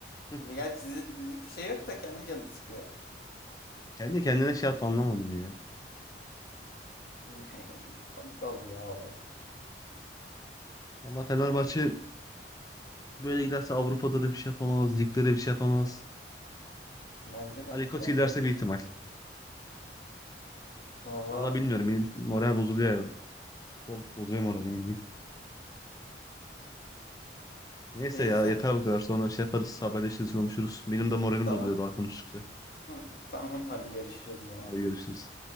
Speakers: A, on the left; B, on the left.
A: <laughs>
B: Gerçi sizin dedik bir şey yok da kendi canını sıkıyor.
A: Kendi kendine şey yaptı anlamadım ya.
B: <laughs> Komik oldu ya olay.
A: Allah Fenerbahçe böyle giderse Avrupa'da da bir şey yapamaz. Ligde de bir şey yapamaz.
B: Bence de.
A: Ali Koç
B: Bence
A: giderse
B: de.
A: bir ihtimal.
B: Valla
A: Valla bilmiyorum. Benim moral bozuluyor ya. Futbol bozuyor moralimi. Neyse
B: neyse.
A: ya yeter bu kadar. Sonra şey yaparız. Haberleşiriz konuşuruz. Benim de moralim
B: Tamam.
A: bozuluyor daha konuştukça.
B: <laughs> Tamam hadi görüşürüz o zaman.
A: Hadi görüşürüz.